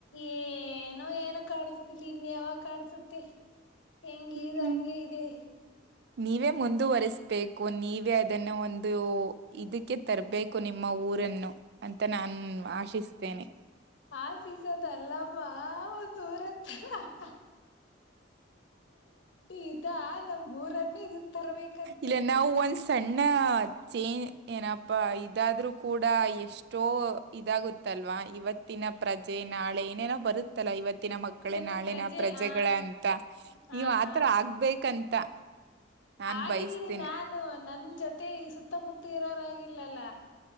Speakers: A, on the left; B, on the right.
A: ಏನೋ ಏನೂ ಕಾಣಸ್ತಿಲ್ ಇನ್ ಯಾವಾಗ ಕಾಣಸುತ್ತೆ? ಹೆಂಗ ಇದೇ
B: ಹ್ಮ್
A: ಹಂಗೆ ಇದೆ.
B: ನೀವೇ ಮುಂದುವರ್ಸ್ಬೇಕು ನೀವೇ ಅದನ್ನ ಒಂದು ಇದಕ್ಕೆ ತರ್ಬೇಕು ನಿಮ ನಮ್ಮ ಊರನ್ನು ಅಂತೆ ನಾನ್ ಆಶಿಸ್ತೇನೆ.
A: ಆಶಿಸೋದ ಅಲ್ಲಮ್ಮ ಒಂದು ಊರತ್ರ ಹಾ ಹಾ ಇದ ನಮ್ ಊರನ್ನು ಇದಕ್ ತರ್ಬೇಕಂತೆ.
B: ಇಲ್ಲ ನಾವು ಒನ್ಸ್ ಸಣ್ಣ ಚೇಂಜ್ ಏನಪ್ಪಾ ಇದಾದ್ರೂ ಕೂಡ ಎ ಎಷ್ಟೋ ಇದಾಗುತ್ತಲ್ವಾ ಇವತ್ತಿನ ಪ್ರಜೆ ನಾಳೆ ಏನೇನೋ ಬರುತ್ತಲ್ಲ ಇವತ್ತಿನ ಮಕ್ಕ ಮಕ್ಕಳೇ
A: ಇವತ್ತು
B: ನಾಳಿನ
A: ಪ್ರಜೆ
B: ಪ್ರಜೆಗಳ
A: ಆ
B: ಅಂತ
A: ಹ
B: ನೀವ್ ಆತರ
A: ಹಾ
B: ಆಗ್ಬೇಕಂತ. ನಾನ್
A: ಆಗಿದ್ದೀನಿ
B: ಬಯಸ್ತೀನಿ
A: ನಾನು ನನ್ ಜೊತೆ ಈ ಸುತ್ತಮುತ್ತ ಇರೋರಾಗಿಲ್ಲಲ್ಲ.